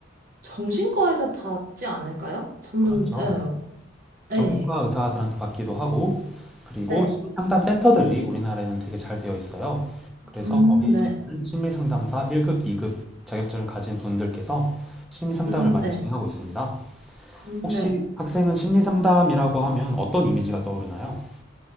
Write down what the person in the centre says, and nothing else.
그렇죠.
정신과
의사들한테 받기도 하고, 그리고
심리상담센터들이 우리나라에는 되게 잘 되어 있어요. 그래서
거기에
계시는 심리상담사 1급, 2급 자격증을 가진 분들께서 심리상담을
많이
진행하고 있습니다.
혹시
학생은 심리 상담이라고 하면 어떤 이미지가 떠오르나요?